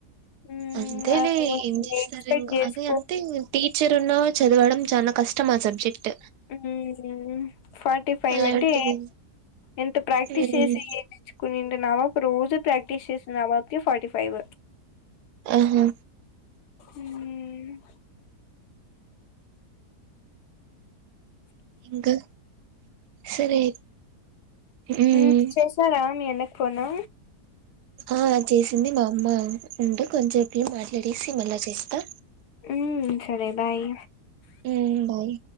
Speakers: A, on the left (about 75°); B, on the right (about 80°).
A: మ్మ్
B: అంతేలే ఏం చేస్తారు
A: ఎక్స్పెక్ట్
B: ఇంకా
A: చేసుకో
B: అదే అంతే టీచర్ ఉన్నా చదవడం చాలా కష్టం ఆ సబ్జెక్ట్
A: ఉహ్మ్ ఫార్టీ ఫైవ్
B: అలాంటిది
A: అంటే ఎంత ప్రాక్టీస్
B: ఉమ్.
A: చేసి నేర్చ్చుకునింటున్నావు రోజు ప్రాక్టీస్ చేసిన ఆ పాపకి ఫార్టీ ఫైవ్
B: ఆహా
A: ఉమ్
B: ఇంకా సరే ఉమ్
A: ఉహ్మ్ చేేసార మీ అన్నకి ఫోన్ను
B: ఆ చేసింది మా అమ్మ ఉంట కొంచంపు నేన్ మాట్లాడేసి మళ్ళా చేస్తా
A: ఉహ్మ్ సరే బాయ్
B: ఉమ్ బాయ్